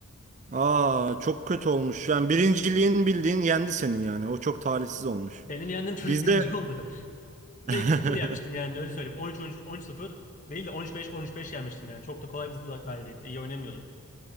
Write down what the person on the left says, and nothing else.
Benim yendiğim çocuk
birinci oldu. <laughs>
Ve 2 sıfır yenmiştim yani öyle söyleyeyim. 13-13, 13-0 değil de on üç beş on üç beş yenmiştim yani. Çok da kolay bir galibiyetti. İyi oynamıyordu.